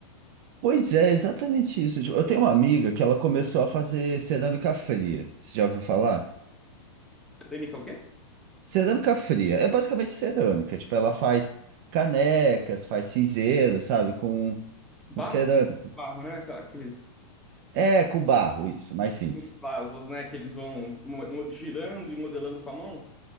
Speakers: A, on the right (about 40°); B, in the centre.
A: Pois é, exatamente isso. Tipo, Eu tenho uma amiga que ela começou a fazer cerâmica fria. Você já ouviu falar?
B: Polêmica é o quê?
A: Cerâmica fria é basicamente cerâmica. Tipo, ela faz canecas, faz cinzeiro, sabe? Com,
B: Barro?
A: com cerâmica.
B: Barro, né? Aquela- Aqueles,
A: É, com barro, isso, mais simples.
B: aqueles vasos, né? Que eles vão mo- mo- girando e modelando com a mão.